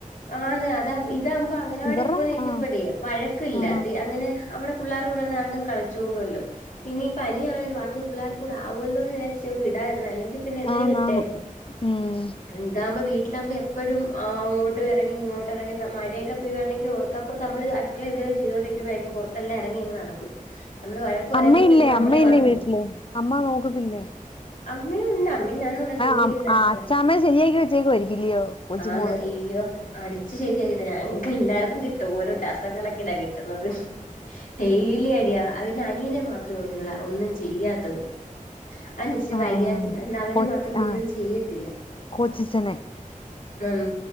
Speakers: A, on the left; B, on the left.
A: ആന്ന് അത ഇതാകുമ്പോ അങ്ങനവാടിക്ക്
B: ഇവരുടെ
A: പോയി നിക്കുമ്പോഴേ
B: ആഹ്
A: വഴക്കില്ല
B: ആഹ്
A: അ അങ്ങനെ അവിടെ പുള്ളേരൂടെ കൂടെ നടന്നും കളിച്ചോളോല്ലോ പിന്നിം പനിയവണ്ട് ബാക്കി പിള്ളേർ കൂ ആവുമല്ലോന്ന് വിചാരിച്ച വിടാതിരുന്നു അല്ലെങ്കിൽ പിന്നെ എന്നെ
B: ആന്ന്
A: വിട്ടേന
B: ആന്ന് ഉം
A: ണ്ടവുമ്പോ വീട്ടിലാവുമ്പോ എപ്പയും അങ്ങോട്ടുംഇറങ്ങി ഇങ്ങോട്ടിറങ്ങി മഴൊക്കെപെയ്യു വാണെങ്കിൽ ഓർക്കപ്പുറത്ത് നമ്മൾ അടി മക്കള എന്തെലും ചെയ്തോണ്ടിരിക്കുമോരിക്കും പുറത്തെല്ല ഇറങ്ങി അങ് നടക്കും നമ്മള് വഴക്ക പറയുമ്പോ
B: അമ്മയില്ലേ
A: പിന്നെ നമ്മളെ
B: അമ്മയില്ലേ
A: വന്ന് അടി
B: വീട്ടില് അമ്മ നോക്കുന്നില്ലേ
A: അമ്മയും ഉണ്ട് അമ്മയും ഞാനും ഉണ്ടാ ജോലി
B: ആഹ്
A: ചെയ്യുന്ന അടുക്കളെ
B: അച്ചാമ്മയെ ശരിയാക്കി വെച്ചേക്കുവായിരിക്കുംല്ലയോ കൊച്ചുമോള്
A: ആന്ന് അയ്യോ അടിച്ചു ശരിയായിട്ട ഞങ്ങക്ക് എല്ലാവർക്കും കിട്ടും ഓരോ ഡസം കണക്കനാ കിട്ടും <unintelligible> ഡെയിലി അടിയ അവന്റെ അനിയനെ മാത്രേള്ളൂ ഇവള ഒന്നും ചെയ്യാത്തത്. അതിനിച്ചിരി
B: ആഹ്
A: വയ്യാതെയാണ് അവനെ
B: കൊ
A: മാത്രം ഒന്നും
B: ആഹ്
A: ചെയ്യത്തില്ല
B: കൊച്ചച്ഛനെ
A: ഉം